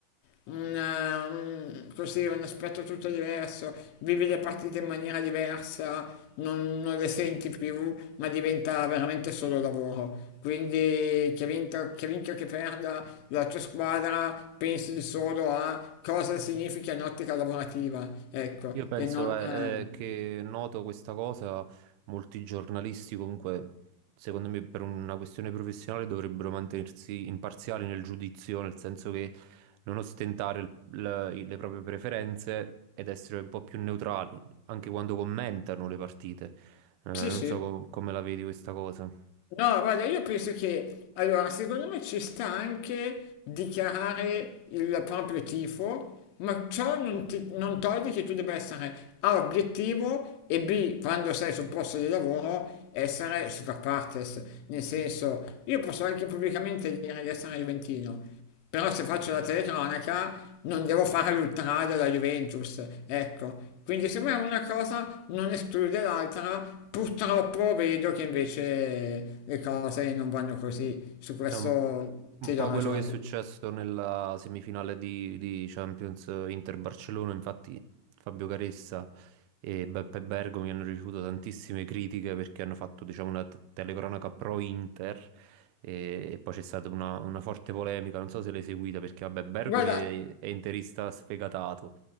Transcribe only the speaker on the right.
Io penso
eh,
eh, che noto questa cosa, molti giornalisti comunque, secondo me per una questione professionale dovrebbero mantenersi imparziali nel giudizio, nel senso che non ostentare il- la- le proprie preferenze ed essere un po' più neutrali, anche quando commentano le partite. Eh, non
so co- come la vedi questa cosa.
È un, un
po'
quello che è successo nella semifinale di, di Champions eh, Inter-Barcellona, infatti Fabio Caressa e Beppe Bergomi hanno ricevuto tantissime critiche perché hanno fatto diciamo, una te- telecronaca pro-Inter e, e poi c'è stata una, una forte polemica, non so se l'hai seguita perché vabbè Bergomi
è, è interista sfegatato.